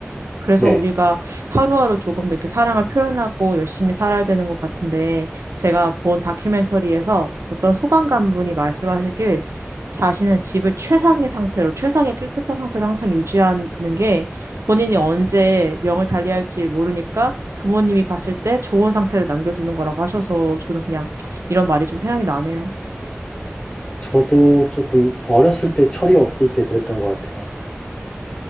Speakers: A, on the right; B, on the left.
A: 그래서
B: 네.
A: 우리가 하루하루 조금 더 이렇게 사랑을 표현하고 열심히 살아야 되는 것 같은데, 제가 본 다큐멘터리에서 어떤 소방관분이 말씀하시길, 자신은 집을 최상의 상태로, 최상의 깨끗한 상태로 항상 유지하는 게 본인이 언제 명을 달리할지 모르니까 부모님이 봤을 때 좋은 상태를 남겨두는 거라고 하셔서 저는 그냥 이런 말이 좀 생각이 나네요.
B: 저도 조금 어렸을 때 철이 없을 때 그랬던 것 같아요.